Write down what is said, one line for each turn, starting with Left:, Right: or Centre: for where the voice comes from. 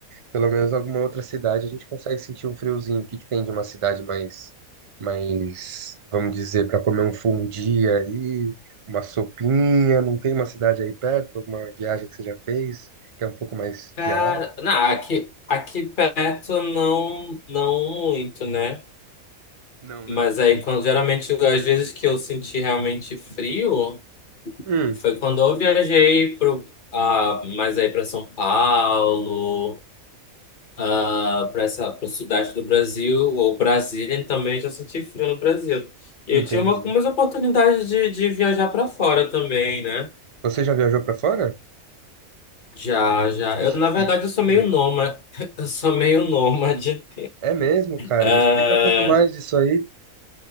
Right: Pelo menos alguma outra cidade a gente consegue sentir um friozinho. O que que tem de uma cidade mais, mais, vamos dizer, para comer um fundi aí, uma sopinha? Não tem uma cidade aí perto, alguma viagem que você já fez que é um pouco mais
Left: Cara,
Right: gelada?
Left: não, aqui, aqui perto não, não muito, né?
Right: Não, né?
Left: Mas aí, quando, geralmente, às vezes que eu senti realmente frio.
Right: Hum,
Left: Foi quando eu viajei pro, ah, mais aí para São Paulo, ah, para essa pro sudeste do Brasil, ou Brasília, e também já senti frio no Brasil. E
Right: entendi.
Left: eu tive uma, umas oportunidades de, de viajar para fora também, né?
Right: Você já viajou pra fora?
Left: Já, já.
Right: Que
Left: Eu,
Right: chique.
Left: na verdade, eu sou meio nômade. <laughs> Eu sou meio nômade.
Right: É mesmo, cara.
Left: Ah,
Right: Me explica um pouco mais disso aí.